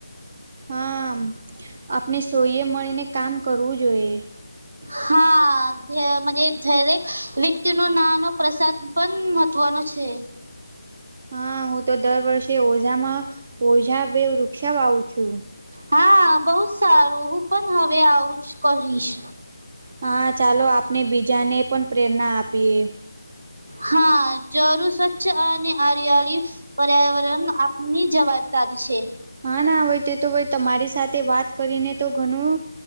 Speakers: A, on the right (about 35°); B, on the right (about 60°).
A: હા આપને સોઈએ મળીને કામ કરવું જોઈએ
B: હા દરેક વ્યક્તિ ન નાનો પ્રસાદ પણ મહત્ત્વનો છે
A: હા હું તો દર વર્ષે ઓઝામાં ઓઝા બે વૃક્ષા વાવું છું
B: હા બઉ જ સારું હું પણ હવે આવુંજ કરીશ
A: હા ચાલો આપને બીજાને પણ પ્રેરણા આપીએ
B: હા જરું સ્વચ્છ આ અને આરિયાળી પર્યાવરણ આપની જવાબદારી છે
A: હા ના હય તે તો તમારી સાથે વાત કરીને તો ઘણું